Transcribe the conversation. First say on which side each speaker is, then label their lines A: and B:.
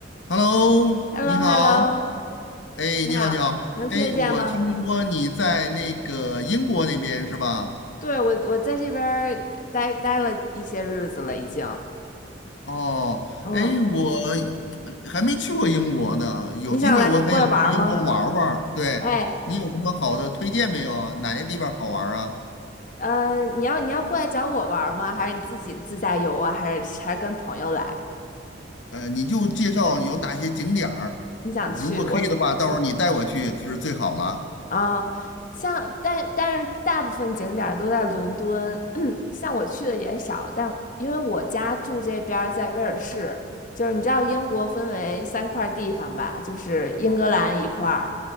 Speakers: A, on the left (about 80°); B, on the left (about 45°).
A: Hello，
B: h e l
A: 你好，
B: l o h e l l o
A: 哎，
B: 你好，
A: 你好，你好，
B: 能听得见吗？
A: 哎，我听说你在那个英国那边是吧？
B: 对，我，我在这边儿待待了一些日子了，已经。
A: 哦，
B: 嗯，
A: 哎，我还没去过英国呢，有机会我很想去英国玩儿玩儿对，
B: 你想来过来玩儿吗？哎，
A: 你有什么好的推荐没有啊？哪些地方好玩儿啊？
B: 呃，你要你要过来找我玩儿吗？还是你自己自驾游啊？还是还是跟朋友来？
A: 呃，你就介绍有哪些景点儿，
B: 你想去？
A: 如果可以的话，
B: 我
A: 到时候你带我去就是最好了。
B: 啊，像但但是大部分景点儿都在伦敦，<clears throat> 像我去的也少，但因为我家住这边儿在威尔士，就是你知道英国分为三块儿地方吧，就是英格兰一块儿，